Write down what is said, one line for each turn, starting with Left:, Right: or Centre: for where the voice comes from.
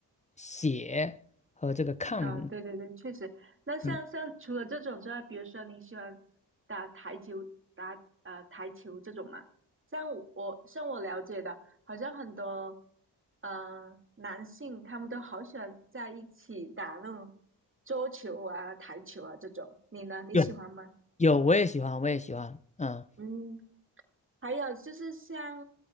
Left: 写和这个看。
Right: 啊，对对对，确实。那像像除了这种之外，
Left: 嗯，
Right: 比如说你喜欢打台球、打呃台球这种嘛？像我像我了解的，好像很多呃男性他们都好喜欢在一起打那种桌球啊、台球啊这种。你呢？你喜欢吗？
Left: 有有，我也喜欢，我也喜欢。嗯，
Right: 嗯，还有就是像